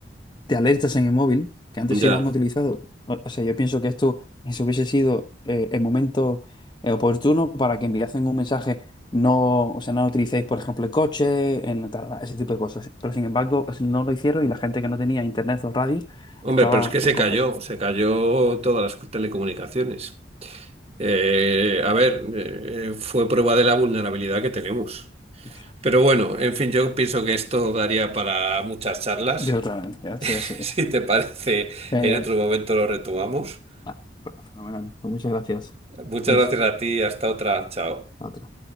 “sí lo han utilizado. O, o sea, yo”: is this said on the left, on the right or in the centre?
Left